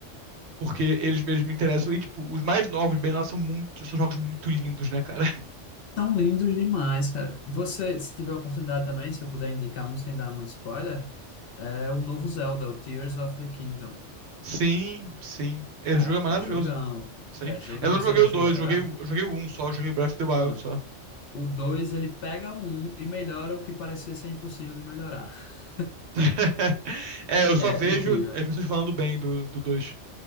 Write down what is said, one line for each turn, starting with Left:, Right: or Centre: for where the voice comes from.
Right: Porque eles mesmos me interessam. E, tipo, os mais novos, bem lá, são muito, são jogos muito lindos, né, cara? <laughs>
Left: São lindos demais, cara. Você, se tiver oportunidade também, se eu puder indicar um sem dar muito spoiler, é o novo Zelda, o Tears of the Kingdom.
Right: Sim, sim. Esse
Left: Cara,
Right: jogo é maravilhoso.
Left: é jogão,
Right: Sim.
Left: é jogão.
Right: Eu não joguei
Left: Você já
Right: o
Left: chegou
Right: dois
Left: a jogar?
Right: joguei, o- eu joguei o 1 só, joguei o Breath of the Wild
Left: Pronto.
Right: só.
Left: O 2 ele pega o um e melhora o que parecia ser impossível de melhorar. <laughs>
Right: <laughs> É, eu só
Left: É
Right: vejo
Left: incrível.
Right: as pessoas falando bem do, do dois